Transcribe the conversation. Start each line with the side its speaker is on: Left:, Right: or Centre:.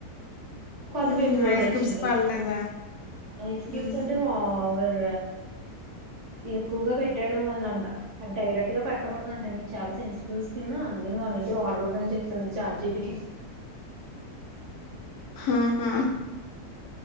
Right: కొత్త
Left: హుహు.
Right: పెంపులోటి
Left: ఐస్
Right: వచ్చింది
Left: క్యూబ్స్ పడలేదా?
Right: ఐస్
Left: హ్మ్.
Right: క్యూబ్స్ అంటే పో పవర్ ఎక్కువగా పెట్టేయడం వల్ల అంట డైరెక్ట్ గా పెట్టకూడదు అంట నీ చాలా సెన్సిటివ్ స్కిన్ అందుకని వాళ్ళ ఇంటి వాడకూడదని చెప్తుంది చార్జీపిటి
Left: హాహా